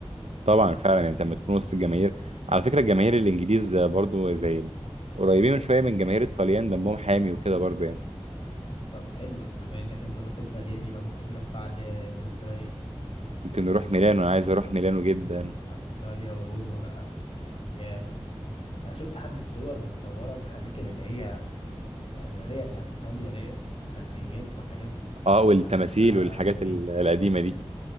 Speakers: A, on the right; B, on the left.
A: طبعا فعلا يعني انت لما تكون وسط الجماهير على فكره الجماهير الانجليز برضو زي ال- قريبين من شويه من جماهير الطليان دمهم حامي وكده برضو يعني
B: طب حلو بما انك انت قلت الطليان يبقى ممكن نروح بعد انجلترا ايه
A: ممكن نروح ميلانو انا عايز اروح ميلانو جدا
B: آه، ايطاليا وروما بقى ياه انا شفت حبه صور متصوره في الاماكن اللي هي الاثريه بتاعت ايطاليا ديت وخلفيات وحاجات
A: اه
B: بتبقى
A: والتماثيل
B: شكلها
A: والحاجات
B: رهيب
A: ال- القديمه دي